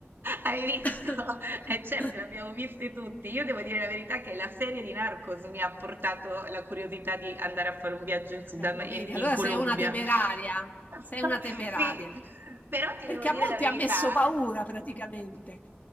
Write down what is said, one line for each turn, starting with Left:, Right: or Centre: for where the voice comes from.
Right: Hai visto?
Left: <coughs>
Right: E certo, le abbiamo viste tutti. Io devo dire la verità che la serie di Narcos mi ha portato la curiosità di andare a fare un viaggio in Sud
Left: Eh,
Right: Am-
Left: lo
Right: in
Left: vedi,
Right: in
Left: allora
Right: Colombia.
Left: sei una temeraria,
Right: <laughs>
Left: sei una temeraria,
Right: Sì, però ti
Left: perché
Right: devo dire
Left: a molti
Right: la verità.
Left: ha messo paura praticamente.